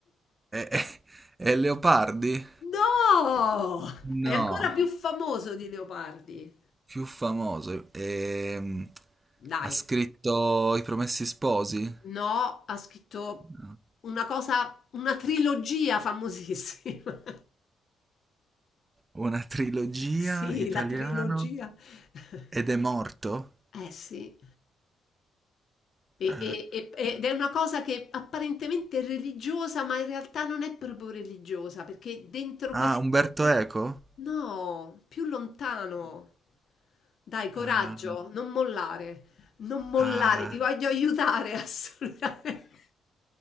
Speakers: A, on the right; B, on the left.
A: è- è- è Leopardi?
B: No! È
A: No.
B: ancora più famoso di Leopardi.
A: Più famoso. ehm,
B: Dai,
A: ha scritto I Promessi Sposi?
B: no, ha scritto
A: No.
B: una cosa, una trilogia famosissima. <laughs>
A: Una trilogia
B: Sì,
A: italiano.
B: la trilogia. <laughs>
A: Ed è morto?
B: Eh sì. E-
A: Eh,
B: e- e- ed è una cosa che apparentemente è religiosa, ma in realtà non è proprio religiosa, perché dentro
A: ah,
B: questo...
A: Umberto Eco?
B: No, più lontano. Dai, coraggio,
A: Eh,
B: non mollare, non mollare,
A: ah,
B: ti voglio aiutare <laughs> assolutamente.